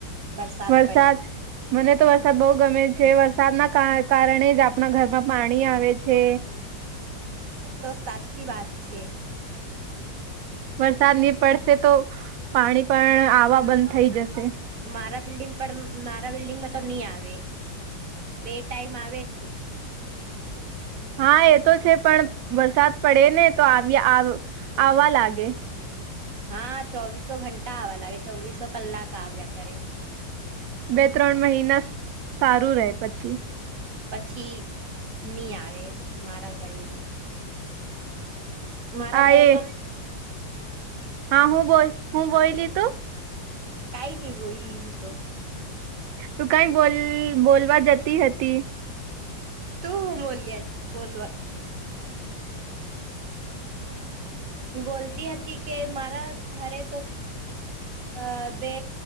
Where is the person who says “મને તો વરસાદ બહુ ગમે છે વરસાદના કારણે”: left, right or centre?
Right